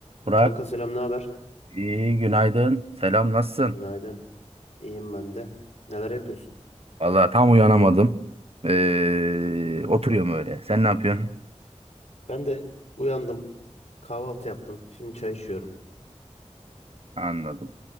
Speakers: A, on the right; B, on the left.
A: Burak,
B: Kanka selam, ne haber?
A: iyi günaydın. Selam, nasılsın?
B: Günaydın. İyiyim ben de. Neler yapıyorsun?
A: Valla tam uyanamadım. Ee, oturuyorum öyle. Sen ne yapıyorsun?
B: Ben de uyandım, kahvaltı yaptım. Şimdi çay içiyorum.
A: Anladım.